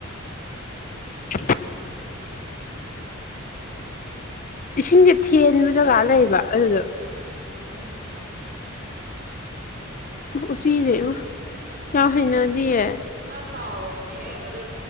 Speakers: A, on the left (about 40°); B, on the right (about 45°).
A: <inaudible> ꯏꯁꯤꯡꯁꯦ ꯊꯦꯟꯕ ꯖꯒꯥꯔ ꯂꯩꯕ ꯑꯗꯨꯗꯣ
B: ꯎꯝ
A: ꯎꯁꯤꯗ ꯀ ꯍꯅꯥꯗꯤ ꯑꯦ
B: ꯆꯥꯎꯕ ꯃꯅ ꯍꯦꯍ ꯇꯗꯦ